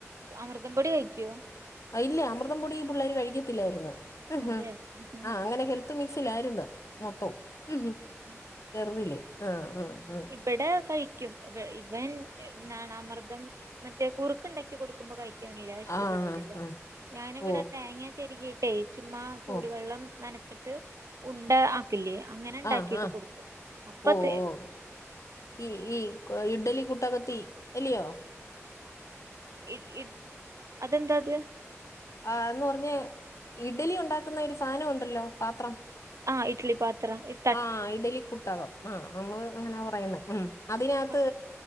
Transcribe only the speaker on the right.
അമൃതം പൊടി കഴിക്കോ
അതെ ആഹാ.
<inaudible>
ഇവിടെ കഴിക്കും ഇവ ഇവൻ എന്നാണ് അമർദ്ദം മറ്റേ കുറുക്ക ഉണ്ടാക്കി കൊടുക്കുമ്പോ കഴിക്കും ക്കറിയി ല്ല ഇഷ്ടപ്പെട്ടില്ല
ഞാനിവിടെ
തേങ്ങാ ചെരകീട്ട് ട്ടേയ് ചുമ്മാ ചൂടുവെള്ളം
നനച്ചിട്ട് ഉണ്ട ആക്കില്ലേ അങ്ങനെ ഉണ്ടാക്കിട്ട്
കൊടുക്കും അപ്പതേ
ഇല് ഇല് അതെന്താ അത്
ആ ഇഡ്ലി പത്രം ഇട്
ആ